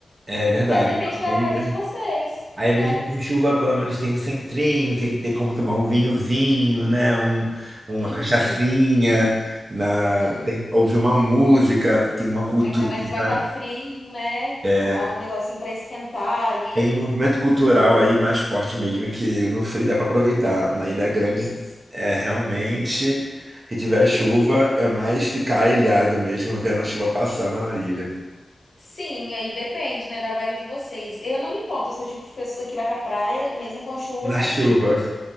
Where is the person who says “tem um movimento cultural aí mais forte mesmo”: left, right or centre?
Right